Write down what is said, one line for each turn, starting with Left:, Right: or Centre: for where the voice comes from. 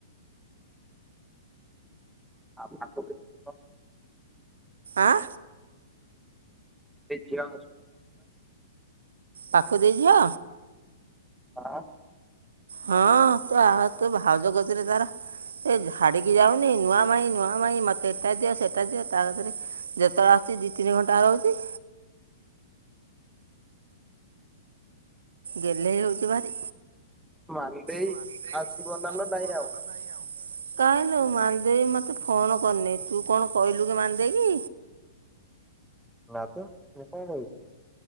Centre: <unintelligible>
Right: ଆଃ
Centre: ସେ ଝିଅ
Right: ପାକୁ ଦେଇ ଝିଅ
Centre: ହଁ
Right: ହଁ ତେ ଭାଉଜ କତିରେ ତାର ଏ ଛାଡିକି ଯାଉନି ନୂଆ ମାଇଁ ନୂଆ ମାଇଁ ମତେ ଏଟା ଦିଅ ସେଟା ଦିଅ ତା କତିରେ ଯେତେବେଳେ ଆସଛି ଦି ତିନି ଘଣ୍ଟା ରହୁଛି ଗେହ୍ଲେଇ ହେଉଛିି ଭାରି
Centre: ମାନ୍ଦେଇ
Right: ମାନି ଦେଇ
Centre: ଆସିବ ନହେଲେ
Right: ଗଲା
Centre: ନାଇଁ ଆଉ।
Right: ନା ଆଉ କାହିଁଲେ ମାନି ଦେଇ ଫୋନ୍ କରିନି ତୁ କଣ କହିଲୁ କି ମାନି ଦେଇକି
Centre: ନା ତ ମୁ କଣ କହିଲି